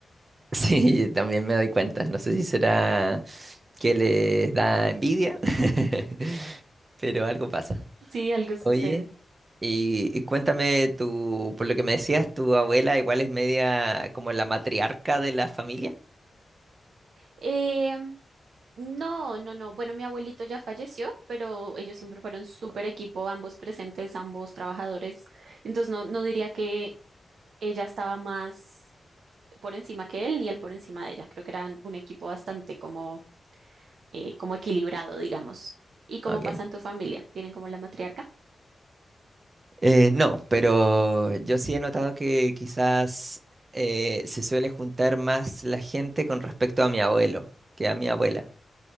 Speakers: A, on the right; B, on the right.
A: Sí, también me doy cuenta. No sé si será que les da envidia, <laughs> pero algo pasa.
B: Sí, algo sucede.
A: Oye, y, y cuéntame, tú, por lo que me decías, tu abuela igual es media como la matriarca de la familia.
B: Em, No, no, no. Bueno, mi abuelito ya falleció, pero ellos siempre fueron súper equipo, ambos presentes, ambos trabajadores. Entonces no, no diría que ella estaba más por encima que él, ni él por encima de ella. Creo que eran un equipo bastante como, eh, como equilibrado, digamos. ¿Y cómo
A: Ok.
B: pasa en tu familia? ¿Tienen como la matriarca?
A: Eh, no, pero yo sí he notado que quizás eh, se suele juntar más la gente con respecto a mi abuelo que a mi abuela.